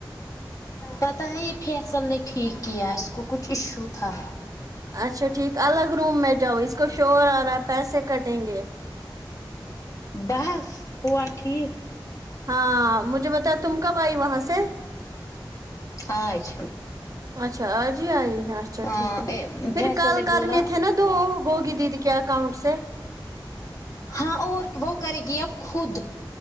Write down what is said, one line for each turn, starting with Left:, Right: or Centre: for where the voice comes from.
Left: پتہ ہے یہ فیصل نے ٹھیک کیا اس کو کچھ ایشو تھا
Right: اچھا ٹھیک الگ روم میں جاؤ اس کو شور آ رہا ہے پیسے کٹیں گے
Left: بس ہوا ٹھیک
Right: ہاں مجھے بتا تم کب آئی وہاں سے
Left: آج
Right: اچھا آج ہی آئی ہے اچھا
Left: فیصل
Right: ٹھیک پھر کل
Left: نے
Right: کرنے
Left: بولا
Right: تھے نا ا تو گوگی دیدی کیا کؤنٹ سے
Left: ہاں اور وہ کرے گی اب خود